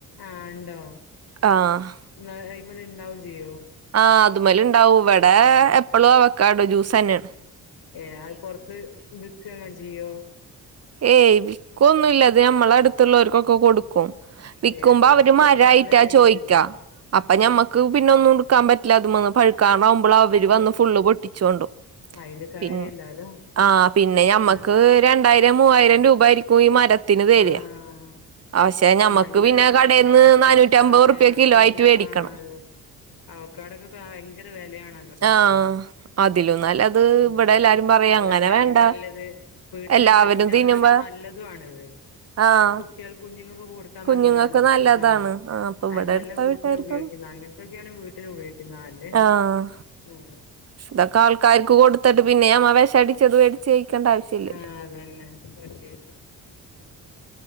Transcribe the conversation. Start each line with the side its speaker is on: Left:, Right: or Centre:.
Left: ആഹ് ഇണ്ടോ
Right: ആഹ്
Left: ന്ന അയ്മല് ണ്ടാവും ചെയ്യോ
Right: ആഹ അതുമ്മല് ണ്ടാവും ഇവിടെ
Left: ഏഹ്
Right: എപ്പളും അവയ്ക്കാടോ ജ്യൂസന്നെണ്
Left: ഏഹ അത് പൊർത്ത് വിൽക്കൊക്കെ ചെയ്യോ
Right: ഏയ് വിക്കൊന്നുല്ലത് നമ്മളട്ത്ത്ള്ളോര്ക്കൊക്കെ കൊടുക്കും വിക്കുമ്പോ
Left: ഏ പൊറത്തൊക്കെ
Right: അവര് മരായിട്ടാ
Left: നല്ല വെലയല്ലേ
Right: ചോയ്ക്ക അപ്പൊ ഞമ്മക്ക് പിന്നൊന്നുട്ക്കാൻ പറ്റില്ല അതമ്മന്ന് പഴുക്കാനാവുമ്പളവര്
Left: ഓ
Right: വന്ന് ഫുള്ള് പൊട്ടിച്ചൊണ്ടോവും
Left: അയില് കാര്യല്ലാലോ
Right: പി ആ ഹ പിന്നെ ഞമ്മക്ക്
Left: ഏ
Right: അത് രണ്ടായിരം മൂവായിരം രൂപയിര്ക്കും ഈ മരത്തിന് തെര
Left: ആഹ്
Right: അഹ പക്ഷെ ഞമ്മക്ക്
Left: നല്ല
Right: പിന്നെ
Left: വെലയല്ലേ
Right: കടേന്ന് നാഞ്ഞൂറ്റമ്പത്
Left: പൊറത്ത് അതെ
Right: റുപ്യ
Left: ആ
Right: ക്ക്കിലോ
Left: പിന്നെ
Right: ആയിട്ട് വേടിക്കണം
Left: ആ അതെ അവക്കാടൊക്കൊക്കെ ഭയങ്കര വെലയാണല്ലോ പൊറത്ത്
Right: ആഹ് അതിലും ന്നല്ലത്
Left: ഉം
Right: വടെ എല്ലാരും പറയും
Left: അതന്നെ
Right: അങ്ങനെ വേണ്ട
Left: അയിന് നല്ലത് വീട്ടില്ണ്ടാക്കിട്ട്
Right: എല്ലാവരും തിന്നുമ്പ
Left: അതാണെ നല്ലതു ആണത്
Right: ആഹ്
Left: കുട്ടികൾ കുഞ്ഞുങ്ങക്കൊക്കെ കൊടു ക്കാൻ
Right: കുഞ്ഞുങ്ങൾക്ക്
Left: നല്ലതാണത്
Right: നല്ലതാണ്
Left: ആഹ്
Right: അപ്പൊ ഇവിടെ
Left: അയ്ന്നല്ലത്
Right: അടുത്ത
Left: വീട്ടിലുപയോഗിക്കുന്ന
Right: വീട്ടാർക്കും
Left: അങ്ങൻത്തൊക്കെയാണ് വീട്ടിലുപയോഗിക്കു ക്കുന്ന ല്ലത്
Right: ആഹ്
Left: ഉം
Right: തൊക്കാൾക്കാര്ക്ക് കൊടുത്തട്ട് പിന്നെ ഞമ്മ വെശടിച്ചത് മേടിച്ച് കഴിക്കണ്ട ആവശ്യല്ലല്ലോ
Left: ആഹ് അതന്നെ വെറുതന്തി